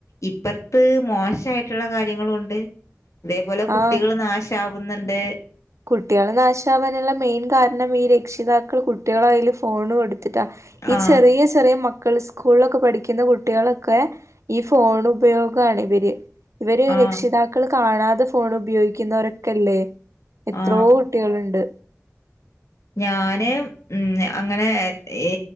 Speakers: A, on the left; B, on the right.
A: ഇപ്പറത്ത് മോശായിട്ടുള്ള കാര്യങ്ങളുണ്ട്. ഇതേപോലെ കുട്ടികളും
B: ആ
A: നാശം ആവുന്നുണ്ട്.
B: കുട്ടികൾ നാശാവാനുള്ള മെയിൻ കാരണം ഈ രക്ഷിതാക്കൾ കുട്ടികളുടെ കൈയിൽ ഫോൺ കൊടു ത്തിട്ടാ
A: ആ
B: ഈ ചെറിയ ചെറിയ മക്കൾ സ്കൂളിലൊക്കെ പഠിക്കുന്ന കുട്ടികളൊക്കെ ഈ ഫോൺ ഉപയോഗമാണ് ഇവര് ഇവര്
A: ആ
B: രക്ഷിത ക്കൾ കാണാതെ ഫോൺ ഉപയോഗിക്കുന്നവരൊക്കെല്ലേ? എത്രയോ
A: ആ
B: കുട്ടികളുണ്ട്.
A: ഞാന് ഉം അങ്ങനെ ഏ